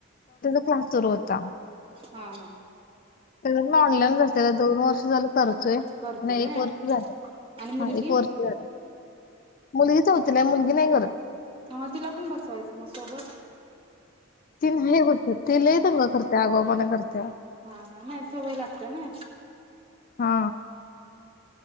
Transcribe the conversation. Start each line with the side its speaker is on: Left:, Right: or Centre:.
Left: तास सुरू होता
Right: हा हा
Left: ती पण ऑनलाईनच असतीया ग दोन वर्ष झालं करुन
Right: करतोय
Left: नाही
Right: व्हय
Left: एक वर्ष झालं
Right: आणि मुलगी
Left: हा एक वर्ष झालं मुलगीच होत तीला मुलगी नाही करत
Right: हा तिला पण बसवायचं म सोबत
Left: ती नाही बसत ती लय दंगा करतीया आगाऊपना करतीया
Right: हा हा नाय सवय लागतीया नाय
Left: हा